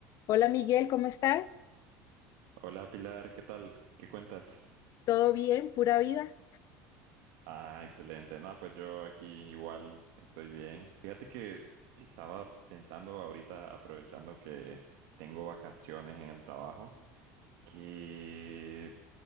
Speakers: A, on the left; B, on the right.
A: Hola Miguel, ¿cómo estás?
B: Hola Pilar, ¿qué tal? ¿Qué cuentas?
A: ¿Todo bien? ¿Pura vida?
B: Ah, excelente. No, pues yo aquí igual estoy bien. Fíjate que estaba pensando ahorita, aprovechando que tengo vacaciones en el trabajo, que